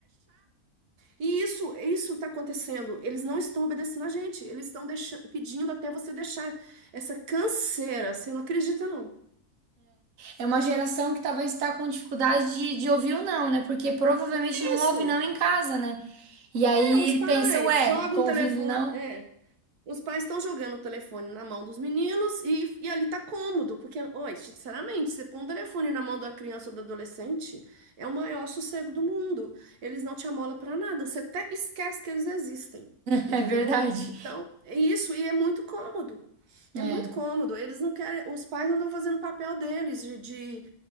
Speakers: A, on the right; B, on the right.
A: E isso, isso está acontecendo. Eles não estão obedecendo a gente. Eles estão deixa- pedindo até você deixar essa canseira. Você não acredita, não?
B: é uma geração que talvez está com dificuldade de, de ouvir o não, né, porque provavelmente não
A: Isso.
B: ouve não em casa, né, e aí
A: É, os
B: ele
A: pais
B: pensa, ué,
A: jogam
B: tô
A: o telefone.
B: ouvindo não,
A: É. Os pais estão jogando o telefone na mão dos meninos e, e ali tá cômodo, porque, oi, sinceramente, você põe um telefone na mão da criança ou do adolescente, é o maior sossego do mundo. Eles não te amolam pra nada, você até esquece que eles existem,
B: <laughs>
A: entendeu?
B: é verdade,
A: Então, é isso, e é muito cômodo. É
B: é.
A: muito cômodo. Eles não querem, os pais não estão fazendo o papel deles de, de,